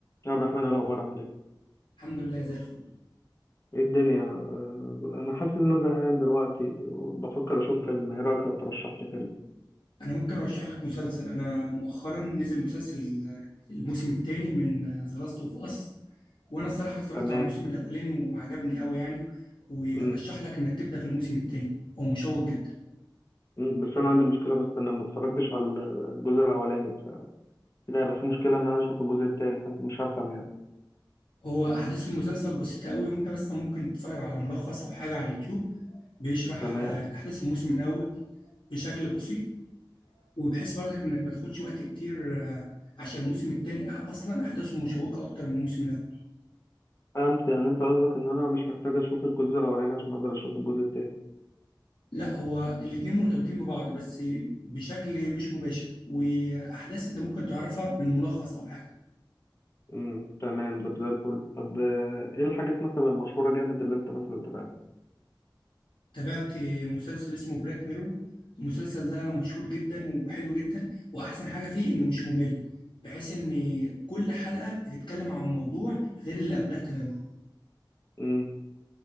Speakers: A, on the left; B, on the left.
A: يا عبد الرحمن إيه الأخبار عامل إيه؟
B: الحمد لله زي الفل
A: إيه الدنيا؟ آه، أنا حاسس إن أنا زهقان دلوقتي وبفكر أشوف فيلم، إيه رأيك لو ترشح لي فيلم؟
B: انا ممكن ارشح لك مسلسل انا مؤخرا نزل مسلسل الموسم الثاني من ذا لاست اوف اس وانا الصراحه اتفرجت
A: تمام،
B: على الموسم الاولاني وعجبني قوي يعني وارشح
A: مم.
B: لك انك تبدا في الموسم الثاني هو مشوق جدا
A: مم. بس أنا عندي مشكلة بس أنا ما اتفرجتش على الجزء الأولاني فكده هيبقى في مشكلة إن أنا أشوف الجزء التاني، حاسس مش هفهم يعني،
B: هو احداث المسلسل بسيطه قوي وانت بس ممكن تتفرج على ملخص او حاجه على اليوتيوب بيشرح
A: تمام،
B: آه، الاحداث في الموسم الاول بشكل بسيط وبحيث برضك انك ما تاخدش وقت كتير آه، عشان الموسم الثاني اصلا احداثه مشوقه اكتر من الموسم الاول
A: فهمت يعني أنت قصدك إن أنا مش محتاج أشوف الجزء الأولاني عشان أقدر أشوف الجزء التاني،
B: لا هو الاتنين مرتبطين ببعض بس بشكل مش مباشر واحداث انت ممكن تعرفها من ملخص او حاجه
A: مم. تمام ده زي الفل، طب آه، إيه الحاجات مثلا المشهورة جامد اللي أنت مثلا تبعتها؟
B: تابعت مسلسل اسمه بلاك ميرور المسلسل ده مشهور جدا وحلو جدا واحسن حاجه فيه انه مش ممل بحيث ان كل حلقه بتتكلم عن موضوع غير اللي قبلها تماما
A: مم.